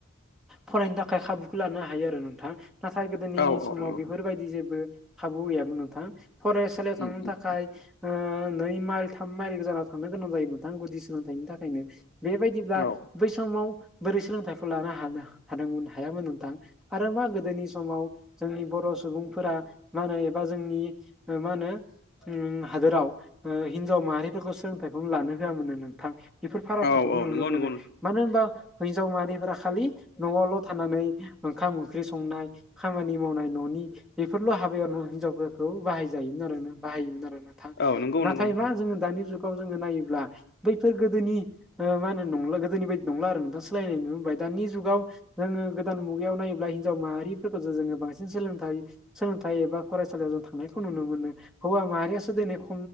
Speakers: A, in the centre; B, on the left.
A: फरायनो थाखाय खाबुखौ लानो हायो आरो नोंथां नाथाय गोदोनि
B: औ औ
A: समाव
B: नंगौ
A: बेफोरबायदि जेबो खाबु गैयामोन नोंथाङा फरेस्ट खालियाव थांनो
B: उम उम
A: थाखाय नै माइल थाम माइल गोजानाव थांनो गोनां जायोनथां गुदि सोलोंथाइनि थाखायनो बेबायदिब्ला
B: औ
A: बै समाव बोरै सोलोंथाइखौ लानो हानो हादोंमोन हायामोन नोंथां आरो मा गोदोनि समाव जोंनि बर' सुबुंफोरा मा होनो एबा जोंनि मा होनो हादोराव हिनजाव माहारिफोरखौ सोलोंथाइखौनो लानो होआमोन नोंथां बेफोर फारागथिखौबो
B: औ औ
A: नुनो
B: नंगौ
A: मोनो
B: नंगौ नोंथां
A: मानो होनबा हिनजाव माहारिफोरा खालि न'आवल' थानानै ओंखाम ओंख्रि संनाय खामानि मावनाय न'नि बेफोरल' हाबायाव हिनजावफोरखौ बाहायजायोमोन आरोोना बाहायोमोन आरोोना
B: औ नंगौ
A: नाथाय
B: नंगौ नोंथां
A: मा जोङो दानि जुगाव जोङो नायोब्ला बैफोर गोदोनि मा होनो नंला गोदोनि बायदि नंला आरो नोंथां सोलायनायुबाय दानि जुगाव जोङो गोदान मुगायाव नायोब्ला हिनजाव माहारिफोरखौ जो जोङो बांसिन सोलोंथाइ सोलोंथाइ एबा फरायसालियाव जों थांनायखौ नुनो मोनो हौवा माहारियासो दिनै ख